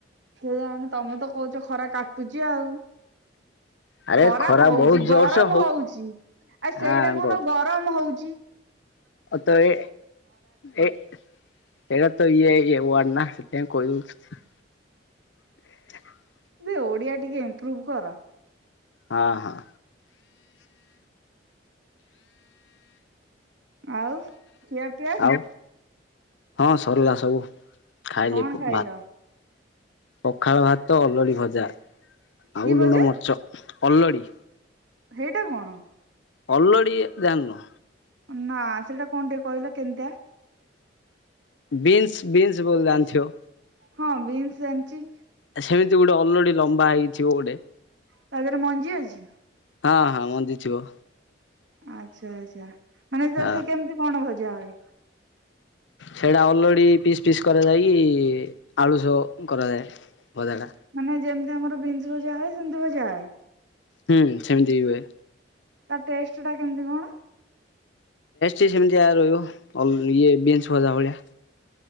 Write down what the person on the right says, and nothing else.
କେଜାଣି ତମେ ତ କହୁଛ ଖରା କାଟୁଚି ଆଉ।
ଖରା ହଉଛି
ଗରମ ହଉଛି ଆ
ସେଇଟା କନ
ଗରମ ହଉଛି। ଜି
ଯେ ଓଡିଆ ଟିକେ ଇମ୍ପ୍ରୁଭ କର।
ଆଉ ଖିଆ ପିଆ
କଣ ଖାଇଲ?
କି ଭଜା
ହେଇଟା କଣ?
ନା ସେଇଟା କଣ ଟିକେ କହିଲ କେମତିଆ?
ହଁ ବିନ୍ସ ଜାଣିଛି।
ତା ଦେହରେ ମଞ୍ଜି ଅଛି।
ଆଚ୍ଛା ଆଚ୍ଛା ମାନେ
ସେ କେମିତି କଣ ଭଜା ହୁଏ।
ମାନେ ଯେମିତି ଆମର ବିନ୍ସ ଭଜା ହଏ ସେମତି ଭଜା ହଏ।
ତା ଟେଷ୍ଟ ଟା କେମିତି କଣ?